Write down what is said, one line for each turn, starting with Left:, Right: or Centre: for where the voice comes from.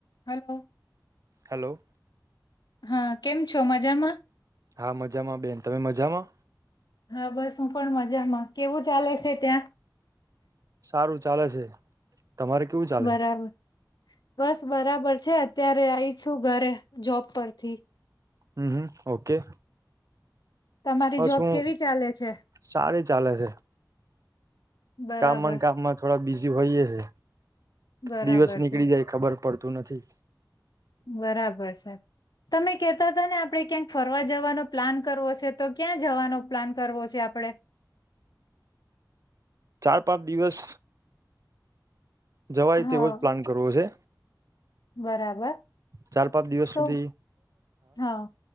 Left: Hello.
Right: Hello.
Left: હા કેમ છો મજામાં?
Right: હા મજામાં બેન તમે મજામાં?
Left: હા બસ હું પણ મજામાં કેવું ચાલે છે ત્યાં?
Right: સારું ચાલે છે તમારે કેવું ચાલે?
Left: બરાબર બસ બરાબર છે અત્યારે આઈ છું ઘરે જોબ પરથી.
Right: હમ હમ ઓકે.
Left: તમારી
Right: બસ
Left: જોબ
Right: હું
Left: કેવી ચાલે છે?
Right: સારી ચાલે છે
Left: બરાબર
Right: કામ કામમાં થોડા બીઝી હોયએ છે.
Left: બરાબર
Right: દિવસ નીકળી
Left: છે
Right: જાય ખબર પડતું નથી.
Left: બરાબર સર. તમે કેતા હતા ને આપડે ક્યાંક ફરવા જવાનો પ્લાન કરવો છે તો ક્યાં જવાનો પ્લાન કરવો જે આપડે.
Right: <inaudible> ચાર પાંચ દિવસ જવાય
Left: હા
Right: તેવો જ પ્લાન કરવો છે.
Left: બરાબર.
Right: ચાર પાંચ દિવસ
Left: તો
Right: સુધી
Left: હા